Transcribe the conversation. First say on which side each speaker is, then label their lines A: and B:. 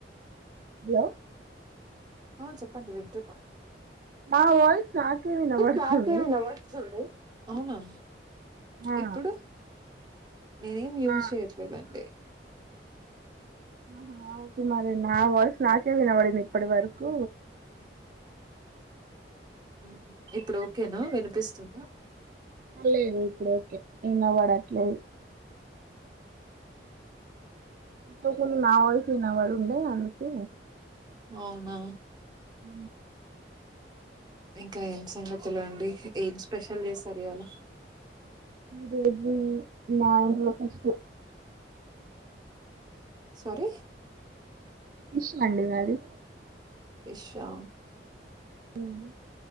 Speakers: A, on the right; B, on the right.
A: హలో
B: ఆ చెప్పండి వింటున్నా
A: నా వాయిస్ నాకే వినబడుతుంది
B: కాకె వినబడుతుంది ఔనా
A: ఆ
B: ఇప్పుడు నేనేమ్ యూజ్
A: ఆ
B: చేయట్లేదండి
A: ఆహా ఓకే మరి నా వాయిసు నాకే వినబడింది ఇప్పడి వరకు
B: ఉ ఇప్పుడు ఓకేనా వినిపిస్తుందా
A: లేదు ఇప్పుడు ఓకే ఇన్న పడట్లేదు ఇందాక్లు నా వాయిసే వినబడు ఉండే అందుకు
B: అవునా
A: ఊ
B: ఇంకా ఏం సంగతులు అండి ఏం స్పెషల్ చేశారు ఇయలా
A: ఈ రోజు మా ఇంట్లో ఫిష్
B: సారి
A: ఫిష్ అండి మాది
B: ఫిషా
A: అండి